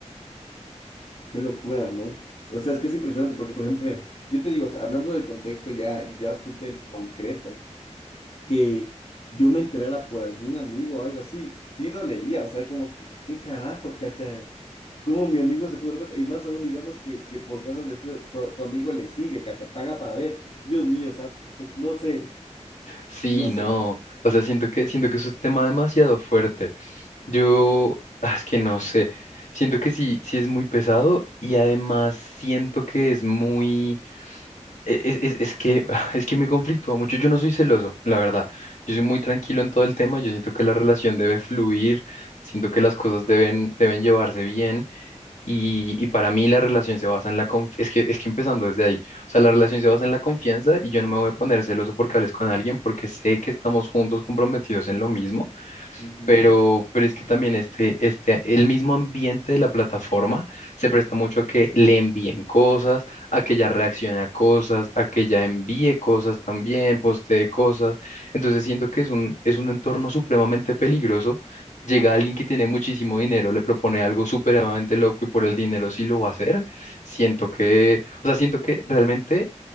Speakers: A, on the left (about 55°); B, on the left (about 80°).
A: qué locura, ¿no? O sea, es que es impresionante porque, por ejemplo, mira, yo te digo, o sea, hablando del contexto ya, ya súper concreto, que yo me enterara por algún amigo o algo así, sí dolería, o sea, como que, ¿qué carajo, cacha? ¿Cómo mi amigo se pudo dar cuenta? Y más aún, digamos que, que por cosas de estilo, su- tu amigo le sigue, cacha, paga para ver. Dios mío, santo, no sé,
B: Sí,
A: no sé.
B: no,
A: no
B: o sea, siento que, siento que es un tema demasiado fuerte. Yo, ah, es que no sé, siento que sí, sí es muy pesado y además siento que es muy, e- es, es- es que, <laughs> ah, es que me conflictúa mucho. Yo no soy celoso, la verdad. Yo soy muy tranquilo en todo el tema. Yo siento que la relación debe fluir, siento que las cosas deben, deben llevarse bien. Y, y para mí la relación se basa en la confianza, es que, es que empezando desde ahí, o sea, la relación se basa en la confianza y yo no me voy a poner celoso porque hables con alguien porque sé que estamos juntos comprometidos en lo mismo
A: Ujú.
B: pero, pero es que también este, este, el mismo ambiente de la plataforma se presta mucho a que le envíen cosas, a que ella reaccione a cosas, a que ella envíe cosas también, postee cosas. Entonces siento que es un, es un entorno supremamente peligroso. Llega alguien que tiene muchísimo dinero, le propone algo supremamente loco y por el dinero sí lo va a hacer. Siento que, o sea, siento que realmente